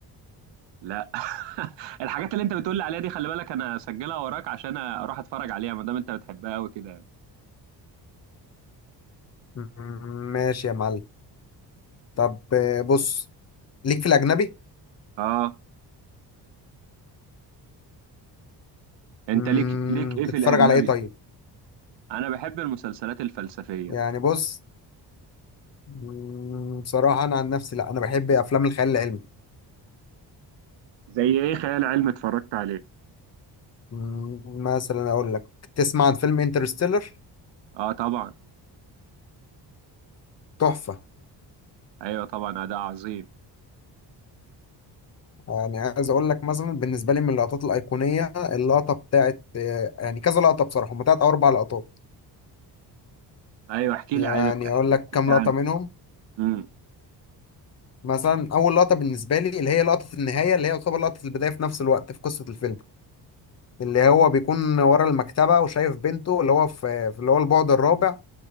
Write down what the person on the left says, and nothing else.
مم، ماشي يا معلم طب آه، بص ليك في الاجنبي
مم،
تتفرج
على ايه طيب
يعني بص مم، بصراحة أنا عن نفسي لأ أنا بحب أفلام الخيال العلمي
مم، مثلا أقول لك تسمع عن فيلم انترستيلر
تحفة
يعني عايز أقول لك مثلا بالنسبة لي من اللقطات الأيقونية اللقطة بتاعت آه، يعني كذا لقطة بصراحة هما تلات أو أربع لقطات
يعني
أقول لك
كام
لقطة
منهم
مثلا أول لقطة بالنسبة لي اللي هي لقطة النهاية اللي هي يعتبر لقطة البداية في نفس الوقت في قصة الفيلم اللي هو بيكون ورا المكتبة وشايف بنته اللي هو في في اللي هو البعد الرابع